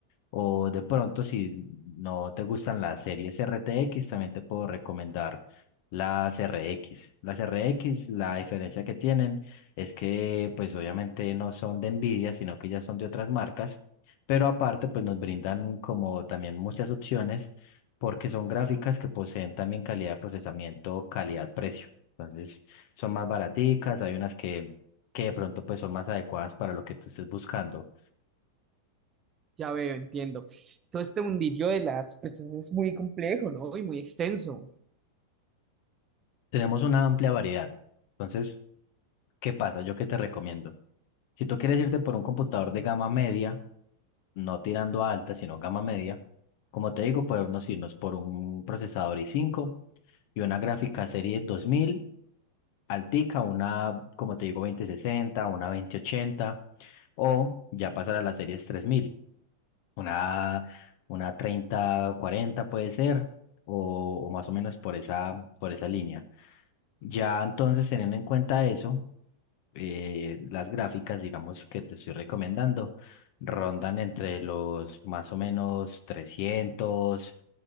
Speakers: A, on the left; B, on the right.
A: O de pronto, si no te gustan las series RTX, también te puedo recomendar las RX. Las R x la diferencia que tienen es que, pues obviamente no son de Nvidia, sino que ya son de otras marcas, pero aparte, pues nos brindan como también muchas opciones porque son gráficas que poseen también calidad de procesamiento, calidad-precio. Entonces, son más baraticas, hay unas que, que de pronto pues son más adecuadas para lo que tú estés buscando.
B: Ya veo, entiendo. Todo este mundillo de las pues es muy complejo, ¿no? Y muy extenso.
A: Tenemos una amplia variedad. Entonces, ¿qué pasa? ¿Yo qué te recomiendo? Si tú quieres irte por un computador de gama media, no tirando a alta, sino gama media, como te digo, podemos irnos por un procesador i5 y una gráfica serie 2000 altica, una, como te digo, veinte sesenta una veinte ochenta o ya pasar a las series 3000 una, una treinta cuarenta puede ser, o, o más o menos por esa, por esa línea. Ya entonces, teniendo en cuenta eso, eh, las gráficas, digamos, que te estoy recomendando, rondan entre los más o menos 300